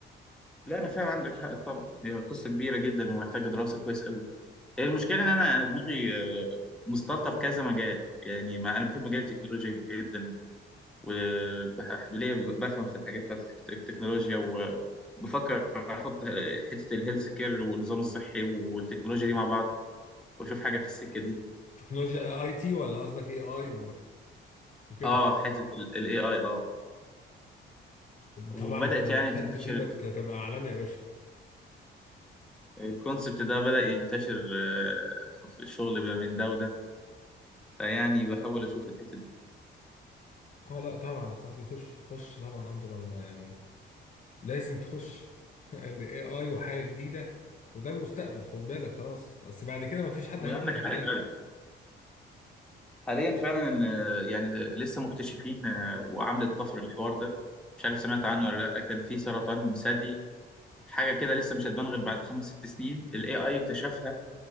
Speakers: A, in the centre; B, on the left (about 40°).
A: لا أنا فاهم عندك حق طبعا هي قصة كبيرة جدا ومحتاجة دراسة كويس قوي هي المشكله ان انا انا دماغي آه، مسطلطه في كذا مجال يعني ما انا بحب مجال التكنولوجيا جدا وبحب ليا بفهم في الحاجات بتاعت التك- التكنولوجيا وبفكر احط حته الهيلث كير والنظام الصحي والتكنولوجيا دي مع بعض واشوف حاجه في السكه دي
B: تكنولوجيا اي تي ولا قصدك اي اي وكده
A: اه حته الاي اي اه وبدات
B: طبعا انت لو
A: يعني
B: دخلت
A: تنتشر
B: فيه ده انت هتبقى عالمي يا باشا
A: الكونسبت ده بدا ينتشر آه، في في الشغل ما بين ده وده فيعني بحاول اشوف الحته دي
B: اه لا طبعا يا صاحبي خش خش طبعا انظر انا ما- يعني لازم تخش <laughs> دي اي اي وحاجه جديده وده المستقبل خد بالك خلاص بس بعد كده ما فيش حد
A: وعندك
B: هيروح عيادات
A: حق حاليا فعلا ال- يعني لسه مكتشفين آه، وعامله طفر الحوار ده مش عارف سمعت عنه ولا لا كان في سرطان ثدي حاجه كده لسه مش هتبان غير بعد خمس ست سنين الاي اي اكتشفها